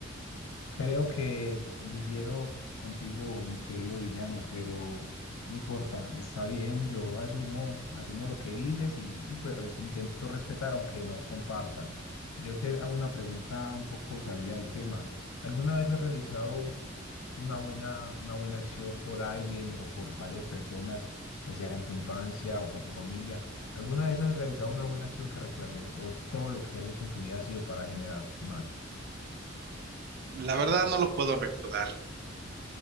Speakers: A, on the left; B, on the right.
A: Creo que difiero contigo, mi querido villano, pero no importa, está bien, yo asumo, asumo lo que dices y, y pues res- intento respetar aunque no comparta. Yo te hago una pregunta un poco salida del tema. ¿Alguna vez has realizado una buena, una buena acción por alguien o por varias personas, ya sea en tu infancia o por tu familia? ¿Alguna vez has realizado una buena acción que recuerdes o todo lo que has hecho en tu vida ha sido para generar mal?
B: La verdad no lo puedo recordar.